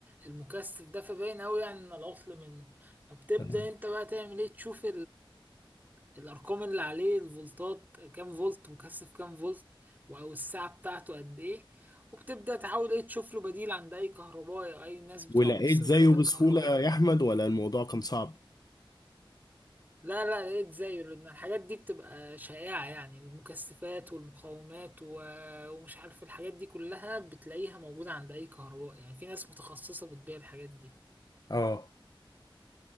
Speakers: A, on the right; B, on the left.
A: المكثف ده فباين قوي يعني ان العطل من فبتبدا
B: تمام.
A: انت بقى تعمل ايه تشوف الارقام اللي عليه الفولتات كام فولت مكثف كام فولت و- او الساعه بتاعته قد ايه وبتبدا تحاول ايه تشوف له بديل عند اي كهربائي او اي ناس بتوع
B: ولقيت
A: مستلزمات
B: زيه بسهولة
A: الكهربائيه
B: يا احمد ولا الموضوع كان صعب
A: لا لا لقيت زيه لان الحاجات دي بتبقى شائعه يعني المكثفات والمقاومات و... ومش عارف الحاجات دي كلها بتلاقيها موجوده عند اي كهربائي يعني في ناس متخصصه بتبيع الحاجات دي
B: اه